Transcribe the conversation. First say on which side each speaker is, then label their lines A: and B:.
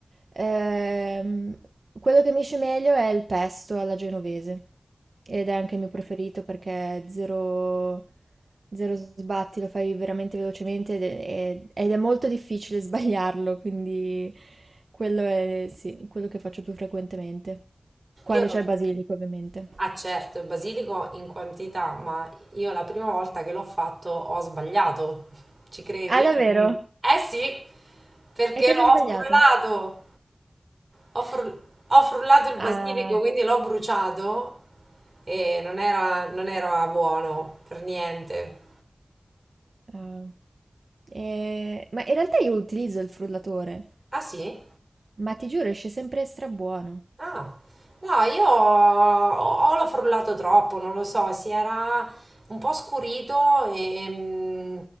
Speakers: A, on the right (about 70°); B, on the right (about 40°).
A: ehm, quello che mi esce meglio è il pesto alla genovese ed è anche il mio preferito perché è zero, zero sbatti, lo fai veramente velocemente ed è ed è molto difficile <laughs> sbagliarlo, quindi... Quello è, sì, quello che faccio più frequentemente. Quando
B: Io
A: c'è
B: no.
A: il basilico, ovviamente.
B: Ah certo, il basilico in quantità, ma io la prima volta che l'ho fatto ho sbagliato. Ci credi?
A: Ah, davvero? Mm.
B: Eh sì, perché
A: E cosa
B: l'ho
A: hai sbagliato?
B: frullato. Ho, fru- ho frullato il
A: Ah,
B: basilico, quindi l'ho bruciato e non era, non era buono per niente.
A: ah. Eh, ma in realtà io utilizzo il frullatore,
B: Ah sì?
A: ma ti giuro, esce sempre strabuono.
B: Ah, no, io o, o l'ho frullato troppo, non lo so, si era un po' scurito e mm,